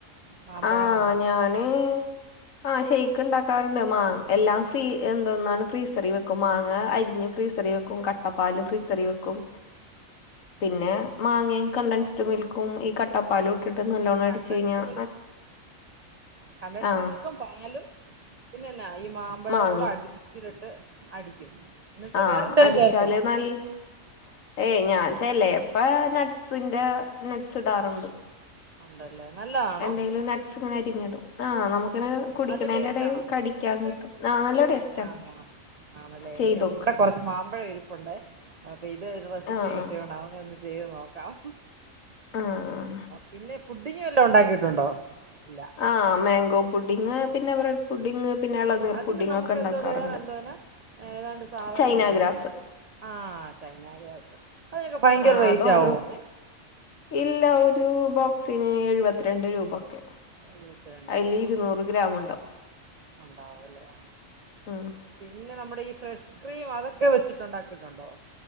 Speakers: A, on the right (about 70°); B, on the left (about 75°).
A: മാമ്പഴം
B: ആഹ്
A: കൊണ്ട്
B: ഞാന് ആഹ് ചെയ്യും ഉണ്ടാക്കാറുണ്ട് മാങ് എല്ലാം ഫ്രീ എന്തോന്നാ ഫ്രീസറിൽ വെക്കും മാങ്ങ അരിഞ്ഞ് ഫ്രീസറിൽ വെക്കും കട്ട പാല് ഫ്രീസറിൽ വെക്കും പിന്നെ മാങ്ങയും കണ്ടൻസ്ഡ് മിൽക്കും ഈ കട്ട പാലും ഇട്ട് നല്ലോണം
A: കണ്ടൻസ്ഡ്
B: അടിച്ച് കഴിഞ്ഞാൽ
A: കണ്ടൻസ്ഡ്
B: ആഹ്
A: മിൽക്കും പാലും പിന്നെന്നാ മാമ്പഴവും
B: മാങ്ങേ
A: കൂടെ അടിച് മിക്സിയിലിട്ട് അടിക്കും എന്നിട്ട്
B: ആഹ്
A: വേറെന്തേലും
B: അടിച്ചാല്
A: ചേർക്കണോ
B: നൽ <unintelligible> ഇപ്പൊ നട്ട്സിന്റെ നട്ട്സ് ഇടാറുണ്ട്
A: ഉണ്ടല്ലേ നല്ലതാണോ
B: എന്തെങ്കിലും നട്സ് ഇങ്ങനെ അരിഞ്ഞിടും ആഹ് നമുക്ക് അങ്ങനെ കുടിക്കണേന്റെടേൽ
A: നല്ല ടേസ്റ്റ് ആണോ
B: കടിക്കാൻ
A: നമുക്ക്
B: കിട്ടും ആഹ് നല്ല ടേസ്റ്റാണ്
A: ആണോ ആണല്ലേ എനിക്കൊന്ന്
B: ചെയ്തോ
A: ഇവിടെ കുറച്ച് മാമ്പഴം ഇരുപ്പുണ്ട് ഇപ്പോ ഒരു റെസിപ്പി
B: ആഹ്
A: കിട്ടിയോണ്ട്
B: ആഹ്
A: ചെയ്ത് നോക്കാം
B: ആഹ്
A: പിന്നെ പുഡിങ്ങ് വല്ലോം ഉണ്ടാക്കിയിട്ടുണ്ടോ ഇല്ല
B: ആഹ് മാങ്കോ പുഡിങ് പിന്നെ ബ്രെഡ് പുഡിങ് പിന്നെ ഇളനീർ
A: അതിന്
B: പുഡിങ്
A: നമുക്ക്
B: ഒക്കെ ഉണ്ടാക്കാറുണ്ട്
A: എന്തോ വേറെ എന്തോന്നാ ഏതാണ്ട് സാധനം
B: ചൈന
A: വേണല്ലോ
B: ഗ്രാസ്
A: ആഹ് ചൈന ഗ്രാസ് അതിനൊക്കെ ഭയങ്കര
B: ആഹ്
A: റേറ്റ്
B: അതോരോ
A: ആവോന്നെ
B: ഇല്ല ഒരു ബോക്സിന് എഴുപത്തിരണ്ട് രൂപ ഒക്കെ
A: ഇരുപത്തിരണ്ട്
B: അതില്
A: രൂപ
B: ഇരുന്നൂറ്
A: ആഹ്
B: ഗ്രാമുണ്ടാവും
A: ഉണ്ടാവല്ലേ ആ
B: ഉം
A: പിന്നെ നമ്മുടെ ഈ ഫ്രഷ് ക്രീം അതൊക്കെ വെച്ചിട്ടുണ്ടാക്കീട്ടുണ്ടോ